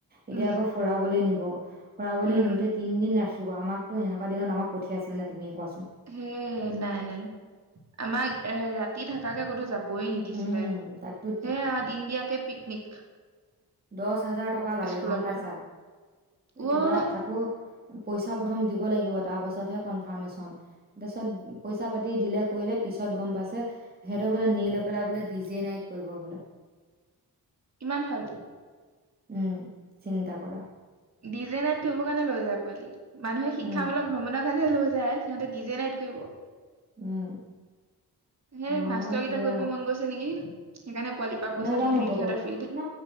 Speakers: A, on the right; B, on the right.
A: এতিয়া
B: উম,
A: আকৌ ফুৰাবলৈ নিব ব ফুৰাবলৈ
B: উম,
A: নিওঁতে তিনদিন ৰাখি নিব, আমাকটো সেনেকোৱা দিনত আমাক পঠিয়াইছিল নে তুমি কোৱাচো
B: হে নাই নাই, আমাক ৰাতি থকাকে কতো যাবই নিদিছিলে,
A: উম তাকতো
B: সেয়া দিন দিয়াকে পিকনিক
A: দশ হাজাৰ টকা লাগে
B: স্কুলৰ
A: গম পাইছা,
B: পৰা
A: একেবাৰে
B: ৱ
A: তাকো পইচা প্ৰথম দিব লাগিব তাৰ পাছতহে কনফাৰ্মেশচন। তাৰ পিছত পইচা পাতি দিলে কৰিলে পিছত গম পাইছে, সেইটো বোলে নি লৈ পেলাই বোলে ডি জে নাইট কৰিব বোলে।
B: কিমান ফাল্তু
A: উম, চিন্তা কৰা।
B: ডিজে নাইট কৰিব কাৰণে লৈ যায় পোৱালিক। মানুহে শিক্ষামূলক
A: উম
B: ভ্ৰমণৰ ফালে লৈ যায় সিহঁতে ডি জে নাইট কৰিব।
A: উম
B: হেই
A: হয়
B: মাষ্টৰ কেইটা
A: দিয়া
B: কৰিব মন গৈছে নেকি? সেইকাৰণে পোৱালিৰ পৰা পইচা
A: নাজানো
B: তুলি তুলি
A: ক'ব,
B: সিহঁতে ফ্ৰীতে
A: ন